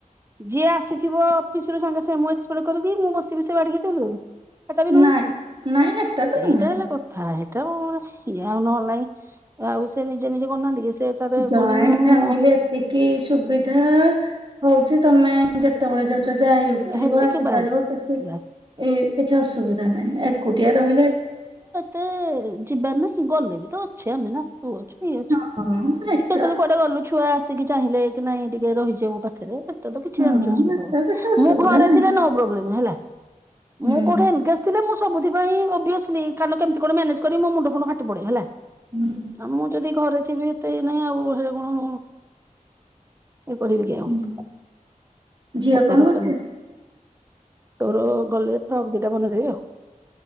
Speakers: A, on the right; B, on the right.
A: ଯିଏ ଆସିଥିବ ଅଫିସ ରୁ ସାଙ୍ଗେ ସାଙ୍ଗେ ମୁଁ ଏକ୍ସପେକ୍ଟ କରିବି ମୁଁ ବସିବି ସେ ବାଡିକି ଦିଅନ୍ତୁ ବୋଲି ସେଟା ବି ନୁହେଁ
B: ନାଇଁ ନାଇଁ ହେଟା
A: ସେଇଟା
B: ତ ନୁହେଁ।
A: ହେଲା କଥା ହେଟା ଇଏ ଆଉ ନହେଲା ନାଇଁ ଆଉ ସେ ନିଜେ ନିଜେ କରୁନାହାନ୍ତି କି ସେ ତାରେ
B: ଯଏଣ୍ଟ
A: କହୁଛନ୍ତି ହଁ ମୁଁ
B: ଫ୍ୟାମିଲି ଏତିକି ସୁବିଧା ହଉଚି ତମେ ଯେତେବେଳେ ଯଉଟା ଯାଇପାରିବ
A: ହେତିକି
B: ଆସିପାରିବ
A: ବାସ୍
B: କିଛି
A: ବାସ୍
B: ଏଇ କିଛି ଅସୁବିଧା ନାହିଁ ଏକୁଟିଆ ରହିଲେ
A: ତେ ଯିବାର୍ ନାହିଁ ଗଲେ ବି ତ ଛେ ଆମେ ନା ତୁ ଅଛୁ ଇଏ ଅଛି
B: ହଁ ହେଟା
A: ଠି କେତେଲ କୁଆଡେ ଗଲୁ ଛୁ ଛୁଆ ଆସିକି ଚାହିଁଲେ କି ନାଇଁ ଟିକେ ରହିଯିଅ ମୋ ପାଖେରେ ଏଟା ତ କିଛି
B: ହଁ
A: ଆଞ୍ଜି ଅସୁବିଧା
B: ହେଟା
A: ହବନି।
B: କିଛି ଅସୁବିଧା
A: ମୁଁ ଘରେ
B: ନାହିଁ।
A: ଥିଲେ ନୋ ପ୍ରୋବ୍ଲେମ୍ ହେଲା
B: ହୁଁ
A: ମୁଁ କୋଠେ ଏଙ୍ଗେଜ୍ ଥିଲେ ମୁଁ ସବୁଥି ପାଇଁ ଓବିଓସ୍ଲି କାରନ କେମତି କଣ ମ୍ୟାନେଜ୍ କରି ମୋ ମୁଣ୍ଡ ଫୁଣ୍ଡ ଫାଟି ପଡେଇ ହେଲା।
B: ହୁଁ।
A: ମୁଁ ଯଦି ଘରେ ଥିବି ଏତେ ଇଏ ନାହିଁ ଆଉ ହେରା କଣ। ଏ କରିବି କି ଆଉ।
B: ହୁଁ ଝିଅ
A: ସେଟା
B: କଣ
A: କଥା
B: କରୁଛି?
A: ନୁହଁ। ତୋର ଗଲେ ଫ୍ରକ୍ ଦିଟା ବନେଇଦେବି ଆଉ।